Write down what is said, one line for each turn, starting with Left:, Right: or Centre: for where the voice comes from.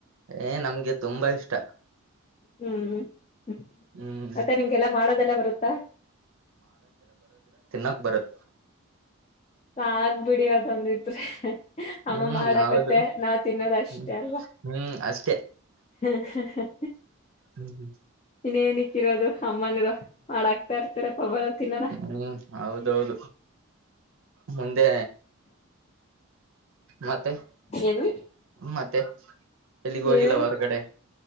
Right: ಏ ನಮ್ಗೆ ತುಂಬಾ ಇಷ್ಟ
Left: ಹ್ಮ್ ಹ್ಮ್
Right: ಹ್ಮ್
Left: ಮತ್ತೆ ನಿಮ್ಗೆಲ್ಲ ಮಾಡೋದೆಲ್ಲ ಬರುತ್ತ
Right: ನಗ ಬರತ್
Left: ಸಾಕ್ ಬಿಡಿ ಅದೊಂಧೀದ್ರೆ ಅಮ್ಮ
Right: ಹ್ಮ್
Left: ಮಾಡಾಕತ್ತೆ
Right: ಹೌದು
Left: ನಾವ್ ತಿನ್ನೋದ ಅಷ್ಟೇ
Right: ಹ್ಮ್
Left: ಅಲ್ಲ
Right: ಹ್ಮ್ ಅಷ್ಟೇ
Left: ಹ್ಮ ಹ
Right: ಹ್ಮ್ ಹ್ಮ್
Left: ಇನ್ೇನಕ್ಕಿರೋದು ಅಮ್ಮಂದರು ಮಾಡಾಕ್ತಾ ಇರ್ತಾರೆ ಪಬಾರ ತಿನ್ನೋಣ
Right: ಹ್ಮ್ ಹೌದೌದು ಮುಂದೆ ಮತ್ತೆ
Left: ಏನು
Right: ಮತ್ತೆ ಎಲ್ಲಿಗ್
Left: ಹೇಳು
Right: ಹೋಗಿಲ್ಲ ಹೊರ್ಗಡೆ